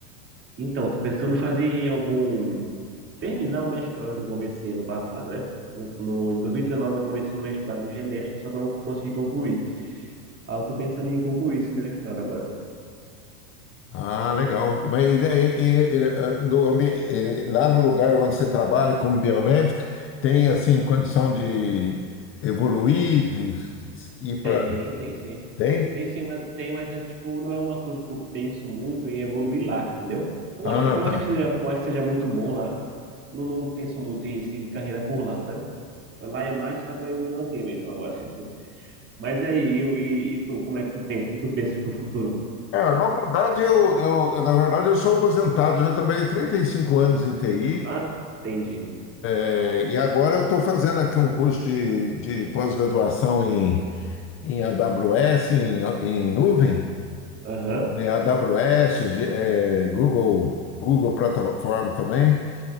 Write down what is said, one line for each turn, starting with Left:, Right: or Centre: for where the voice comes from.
Right: Então, estou pensando em fazer algum terminar o mestrado que eu comecei no passado, né? No, no- em 2019 eu comecei um mestrado em genética, só que eu não consegui concluir. Ah, eu tô pensando em concluir esse mestrado agora.
Left: Ah, legal. Mas e- e- e- eh, no ambi- eh, lá no lugar onde você trabalha como biomédico, tem assim condição de evoluir, de ir
Right: Tem,
Left: para.
Right: tem sim.
Left: Tem?
Right: Tem sim, mas tem, mas é tipo, não é uma coisa que eu penso muito em evoluir lá, entendeu? Eu
Left: Ah,
Right: acho que, por mais
Left: tá.
Right: que seja, por mais que seja muito bom lá, não, não penso muito em seguir carreira por lá, sabe? Lá é mais só pra eu me manter mesmo agora. Mas e aí, eu, e, e tu, como é que tu pensa? O que tu pensas pro futuro?
Left: É, na verdade, eu, eu- na verdade, eu sou aposentado, eu já trabalhei 35 anos em TI,
Right: Ah, entendi.
Left: eh, e agora eu estou fazendo aqui um curso de, de pós-graduação em, em AWS, em, em nuvem,
Right: Aham,
Left: né, AWS, G- eh, Google, Google Plataforma também.